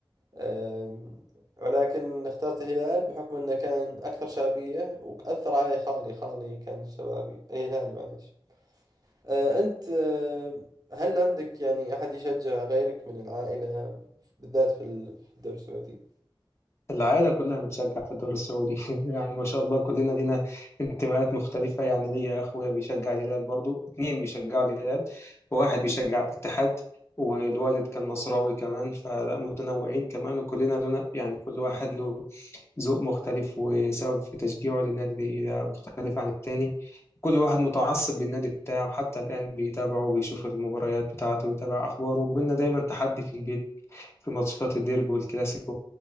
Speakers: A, on the right; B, on the left.
A: آم، ولكن اخترت الهلال بحكم أنه كان أكثر شعبية وأثر علي خالي خالي كان شبابي أي هلالي معليش آه، أنت آه، هل عندك يعني أحد يشجع غيرك من العائلة بالذات في ال- في الدوري السعودي؟
B: العائلة كلها بتشجع في الدوري السعودي <laughs> يعني ما شاء الله كلنا لينا انتماءات مختلفة يعني ليا أخويا بيشجع الهلال برضو اتنين بيشجعوا الهلال وواحد بيشجع الاتحاد والوالد كان نصراوي كمان فلا متنوعين كمان وكلنا لنا يعني كل واحد له ذوق مختلف وسبب في تشجيعه للنادي ده مختلف عن التاني كل واحد متعصب للنادي بتاعه حتى الآن بيتابعه وبيشوف المباريات بتاعته ويتابع أخباره وبينا دايما تحدي في البيت في ماتشات الديربي والكلاسيكو